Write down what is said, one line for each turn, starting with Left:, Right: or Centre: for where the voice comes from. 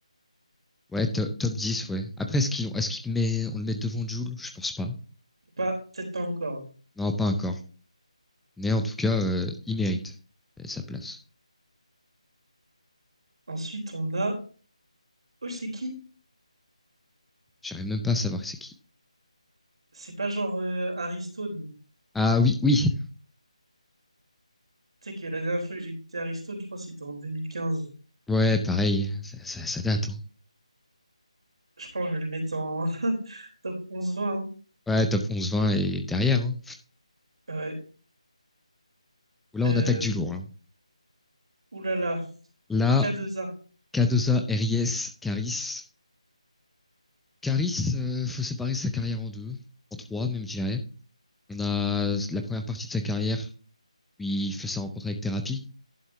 Centre: ouais, to- top 10, ouais. Après, est-ce qu'il, est-ce qu'il met, on le met devant Jul? Je pense pas.
Right: pas, peut-être pas encore.
Centre: Non, pas encore. Mais en tout cas, euh, il mérite euh, sa place.
Right: Ensuite, on a. Oh, c'est qui?
Centre: J'arrive même pas à savoir c'est qui.
Right: C'est pas genre euh, Harry Stone.
Centre: Ah oui, oui.
Right: Tu sais que la dernière fois que j'ai écouté Aristone, je crois que c'était en 2015.
Centre: Ouais, pareil. Ça, ça, ça date. hein.
Right: Je pense que je vais le mettre en <laughs> top 11-20.
Centre: Ouais, top onze vingt et derrière. hein.
Right: hein. Ouais.
Centre: Là,
Right: Euh...
Centre: on attaque du lourd. hein.
Right: Ouh là là.
Centre: Là,
Right: K2A.
Centre: Cardoza, Ries, Caris. Caris, euh, faut séparer sa carrière en deux, en trois même, je dirais. On a la première partie de sa carrière où il fait sa rencontre avec Thérapie,